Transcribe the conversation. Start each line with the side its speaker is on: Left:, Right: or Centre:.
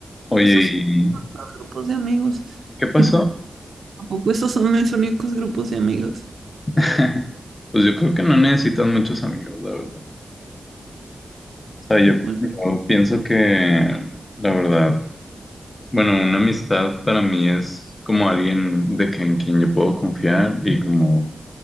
Left: oye,
Right: esos son
Left: ¿y
Right: los grupos de amigos.
Left: qué
Right: <laughs>
Left: pasó?
Right: Tampoco esos son mis únicos grupos de amigos.
Left: <laughs> Pues yo creo que no necesitas muchos amigos, la verdad. O sea, yo,
Right: Bueno,
Left: yo pienso que, la verdad, bueno, una amistad para mí es como alguien de que, en quien yo puedo confiar y como